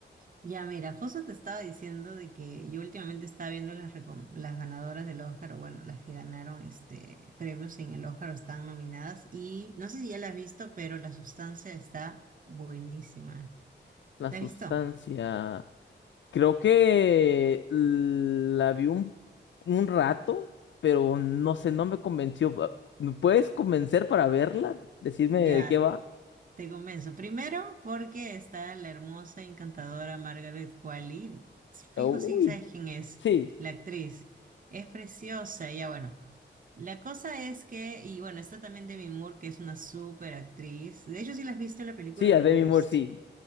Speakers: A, on the right; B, on the left.
A: Ya, mira, justo te estaba diciendo de que yo últimamente estaba viendo las, recom- las ganadoras del Oscar, o bueno, las que ganaron este premios en el Oscar o están nominadas. Y no sé si ya las has visto, pero la sustancia está buenísima.
B: La
A: ¿La
B: sustancia.
A: has visto?
B: Creo que la vi un, un rato, pero no sé, no me convenció. Ah, ¿Me puedes convencer para verla? Decirme
A: Ya,
B: de qué va.
A: te convenzo. Primero, porque está la hermosa, encantadora Margaret Qualley. Fijo
B: Uy,
A: si sabes quién es,
B: sí,
A: la actriz. Es preciosa, ya bueno. La cosa es que, y bueno, está también Demi Moore, que es una súper actriz. De hecho, sí la has visto en la película
B: sí, a
A: de
B: Demi
A: Ghost.
B: Moore, sí.